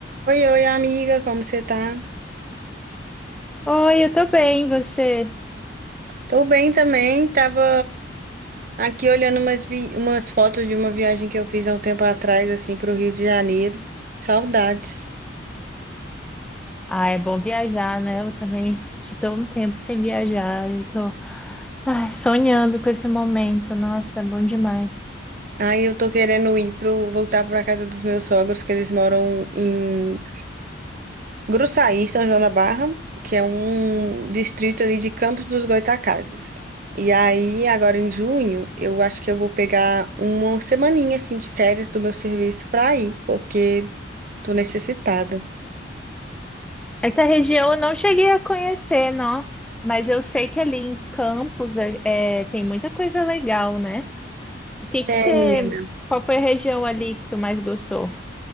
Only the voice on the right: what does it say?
Oi, oi, amiga, como você tá?
Tô bem também, tava aqui olhando umas, vi- umas fotos de uma viagem que eu fiz há um tempo atrás, assim, pro Rio de Janeiro. Saudades.
Aí eu tô querendo ir pro, voltar pra casa dos meus sogros, que eles moram em Gruçaí, São João da Barra, que é um distrito ali de Campos dos Goytacazes. E aí, agora em junho, eu acho que eu vou pegar uma semaninha, assim, de férias do meu serviço pra ir, porque tô necessitada.
É,
menina.